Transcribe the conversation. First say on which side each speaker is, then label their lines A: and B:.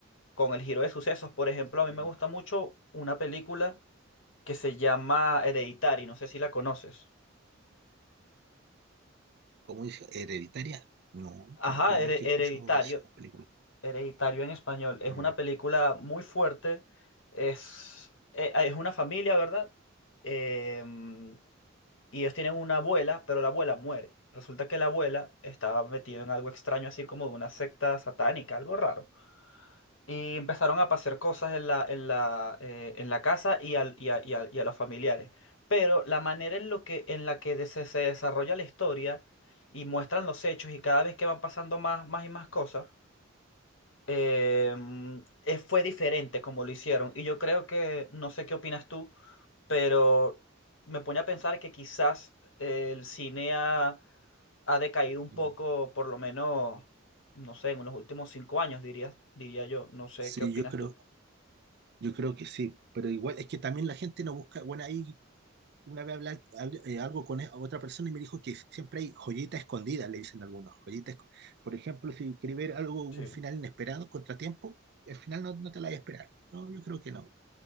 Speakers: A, on the left; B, on the right.
A: con el giro de sucesos. Por ejemplo, a mí
B: Mm.
A: me gusta mucho una película que se llama Hereditary, no sé si la conoces.
B: ¿Cómo dice? ¿Hereditaria? No, nunca,
A: Ajá,
B: primera
A: Here-
B: vez que
A: Hereditario,
B: escucho esa película.
A: Hereditario en español. Es
B: Mm.
A: una película muy fuerte, es, eh, ah, es una familia, ¿verdad? Em, y ellos tienen una abuela, pero la abuela muere. Resulta que la abuela estaba metida en algo extraño, así como de una secta satánica, algo raro. Y empezaron a pasar cosas en la, en la, eh, en la casa y, al- y a, y a- y a los familiares. Pero la manera en, lo que, en la que de- se, se desarrolla la historia y muestran los hechos y cada vez que van pasando más, más y más cosas, eh, es- fue diferente como lo hicieron. Y yo creo que, no sé qué opinas tú, pero me pone a pensar que quizás eh, el cine ha, ha decaído un
B: mm.
A: poco, por lo menos, no sé, en los últimos cinco años, diría, diría yo. No sé
B: Sí,
A: qué opinas
B: yo creo,
A: tú.
B: yo creo que sí, pero igual es que también la gente no busca, bueno, ahí una vez hablar algo con e- otra persona y me dijo que siempre hay joyita escondida, le dicen algunos, joyitas. esco- Por ejemplo, si queréis ver algo, un
A: Sí.
B: final inesperado, contratiempo, el final no, no te la vas a esperar. No, yo creo que no.